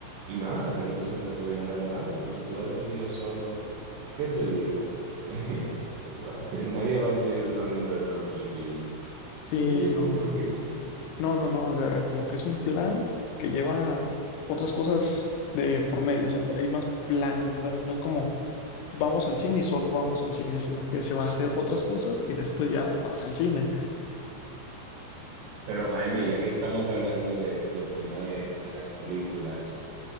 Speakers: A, on the right (about 75°); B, on the left (about 85°).
A: y nada, tengas un rato bien agradable. Pero si tú vas al cine solo, ¿qué te digo? <laughs> Nadie va al cine solamente a ver una peliculilla.
B: Sí,
A: De Eso yo estoy
B: no,
A: segurísimo.
B: no, no, no, o sea, como que es un plan que lleva otras cosas de por medio, o sea, hay más planes, o sea, no es como vamos al cine y solo vamos al cine, sino que se va a hacer otras cosas y después ya vas al cine.
A: Pero Jaime, ya que estamos hablando de- del tema de, de las películas.